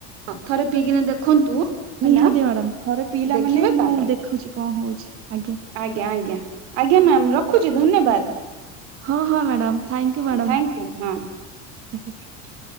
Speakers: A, on the right (about 80°); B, on the right (about 40°).
A: ଥରେ ପିଇକିନା ଦେଖନ୍ତୁ ହେଲା
B: ନିହାତି ମ୍ୟାଡାମ୍ ଥରେ ପିଲା
A: ଦେଖିବେ
B: ମାନେ ମୁଁ
A: ତାପରେ
B: ଦେଖୁଛି କଣ ହଉଛି ଆଜ୍ଞା।
A: ଆଜ୍ଞା ଆଜ୍ଞା ଆଜ୍ଞା ମ୍ୟାାମ୍ ରଖୁଚ ଧନ୍ୟବାଦ୍।
B: ହଁ ହଁ madam thank you madam
A: thank you ହଁ
B: ଆଜ୍ଞା।